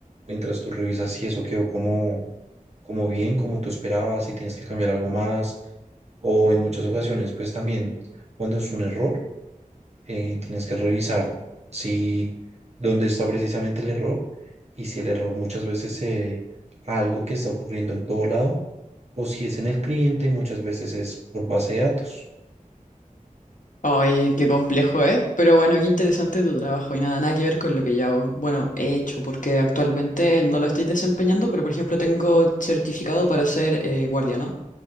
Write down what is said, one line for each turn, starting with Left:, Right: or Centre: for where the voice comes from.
Right: mientras tú revisas si eso quedó como, como bien, como tú esperabas, si tienes que cambiar algo más, o en muchas ocasiones, pues también cuando es un error eh, tienes que revisar si dónde está precisamente el error y si el error muchas veces se debe a algo que está ocurriendo en todo lado o si es en el cliente, muchas veces es por base de datos.
Left: Ay, qué complejo, ¿eh? Pero bueno, qué interesante tu trabajo y nada, nada que ver con lo que yo hago. Bueno, he hecho, porque actualmente no lo estoy desempeñando, pero por ejemplo tengo certificado para ser eh, guardia, ¿no?